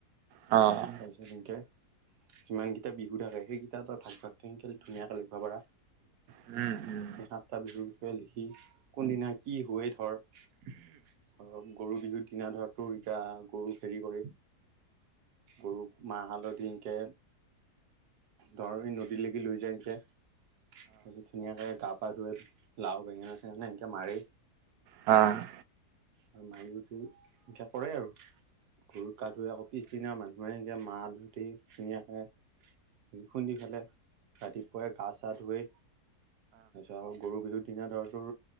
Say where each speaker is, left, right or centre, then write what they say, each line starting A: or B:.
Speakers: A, on the right (about 75°); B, on the right (about 90°).
A: অ'।
B: তাৰপিছত সেনকে যিমানকেইটা বিহু থাকে সেইকেইটা ত‌ই ভাগ ভাগকে সেনকে ধুনীয়াকৈ লিখব পাৰা।
A: উম।
B: সেই সাতটা বিহুৰ বিষয়ে লিখি কোনদিনা কি হয় ধৰ ধৰক গৰু বিহুৰ দিনা ধৰ তোৰয়া গৰুক হেৰি কৰি। গৰুক। মাহ হালধি এনকে, ধৰ এই নদীলেকে লৈ যায় এনকে। তাৰপিছত ধুনীয়াকে গা-পা ধুৱে, লাও বেঙেনা- চেঙেনা এনকে মাৰে।
A: অ'।
B: আৰু মাৰি উঠি এনকে কৰে আৰু, গৰুক গা ধুৱাই আকৌ পিছদিনা মানুহে এতিয়া মাহ হালধী ধুনীয়াকে <unintelligible> খুন্দি ফেলাই ৰাতিপুৱাই গা চা ধুৱে। তাৰপিছত আৰু গৰু বিহুৰ দিনা ধৰ তোৰ